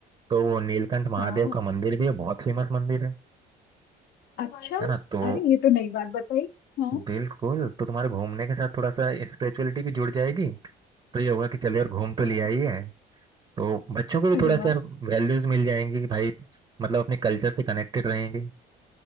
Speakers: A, on the right; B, on the left.
A: तो वो नीलकंठ महादेव
B: हाँ
A: का मंदिर भी है बहुत फेमस मंदिर है
B: अच्छा
A: है ना तो
B: अरे ये तो नई बात बताई हाँ
A: बिल्कुल तो तुम्हारे घूमने के साथ थोड़ा सा स्पिरिचुअलिटी भी जुड़ जाएगी तो ये होगा कि चलो यार घूम तो लिया
B: अरे
A: ही है तो बच्चों को भी
B: अरे
A: थोड़ा
B: वाह
A: सा यार वैल्यूज मिल जाएंगी कि भाई मतलब अपने कल्चर से कनेक्टेड रहेंगे